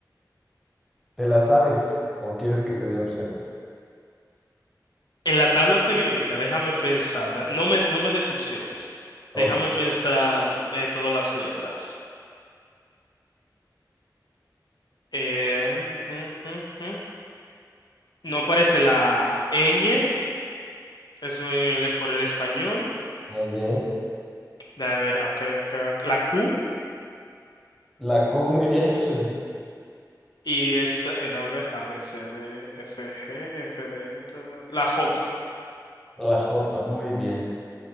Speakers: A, in the centre; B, on the left.
A: ¿Te la sabes o quieres que te dé opciones?
B: En la tabla periódica, déjame pensar. da- No me, no me des opciones.
A: Ok,
B: Déjame pensar eh, todas las letras. Eh, mm, mm, mm. No aparece la ñ, eso en el- por el español.
A: muy bien.
B: Déjame ver, acá, acá, la Q.
A: La Q, muy bien. <laughs>
B: Y es, eh, déjame ver, A, B, C, D, F, G, F, D, ta- la J.
A: La J, muy bien.